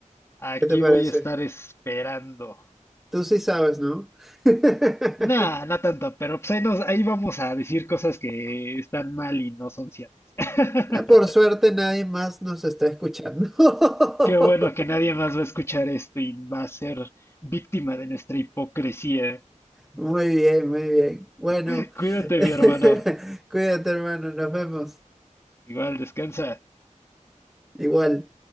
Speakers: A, on the left; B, in the centre.
A: Aquí
B: ¿Qué te parece?
A: voy a estar esperando.
B: Tú sí sabes, ¿no? <laughs>
A: Nah, no tanto, pero pues ahí, nos, ahí vamos a decir cosas que están mal y no son ciertas. <laughs>
B: Eh, Por suerte nadie más nos está escuchando. <laughs>
A: Qué bueno que nadie más va a escuchar esto y va a ser víctima de nuestra hipocresía.
B: Muy bien, muy bien. Bueno,
A: <laughs> Cuídate,
B: <laughs>
A: mi hermano.
B: cuídate, hermano, nos vemos.
A: Igual, descansa.
B: Igual.